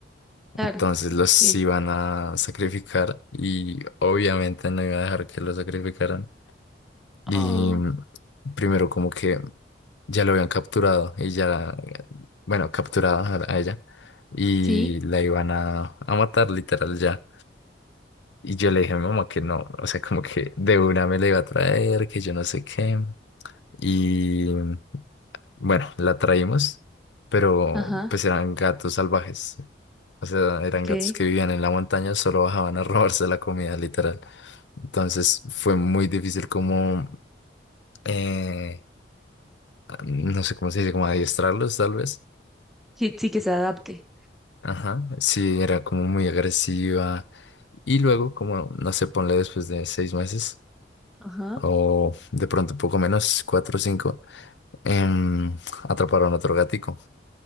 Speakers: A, in the centre; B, on the left.
A: Claro,
B: Entonces los
A: sí.
B: iban a sacrificar y obviamente no iba a dejar que los sacrificaran. Y
A: Oh,
B: mm, primero como que ya lo habían capturado y ya, bueno, capturada a a ella y
A: sí,
B: la iban a, a matar literal ya. Y yo le dije a mi mamá que no, o sea, como que de una me la iba a traer, que yo no sé qué. Y mm, bueno, la traímos, pero
A: ajá,
B: pues eran gatos salvajes. O sea, eran
A: ok.
B: gatos que vivían en la montaña, solo bajaban a <laughs> robarse la comida, literal. Entonces fue muy difícil como eh, no sé cómo se dice, como adiestrarlos tal vez.
A: Sí, sí que se adapte.
B: Ajá, sí, era como muy agresiva. Y luego, como, no sé, ponle después de seis meses
A: Ajá,
B: o de pronto poco menos, cuatro o cinco, em, atraparon otro gatico.